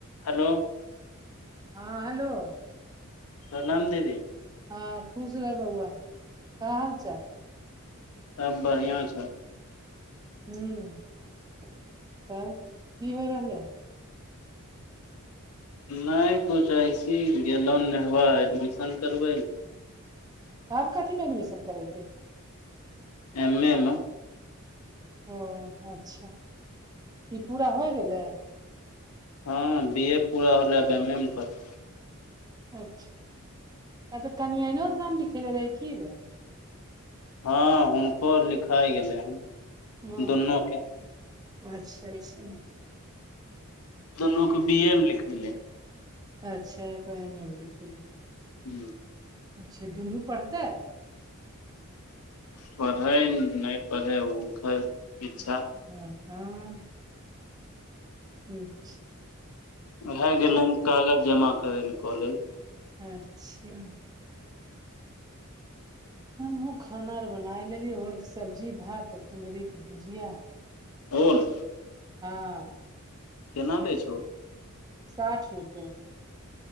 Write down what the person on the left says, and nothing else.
hello
प्रणाम दीदी
सब बड़ियाँ छौ
नहि किुछ अइसी गेलहु नेहबा एडमिशन करबै लए।
एमे मऽ
हँ बी ए पूरा होलै आब एम ए मे कर
हँ हुनको लिखाै गेलै हन
दुनू के
दुोनू को बी ए मे लिखैले
हू
पढ़ै नहि पढ़ै हुनकर इच्छा
उहाय गेलो हन कागज जमा करे ले कॉलेज
ओल
केना दै छो ओल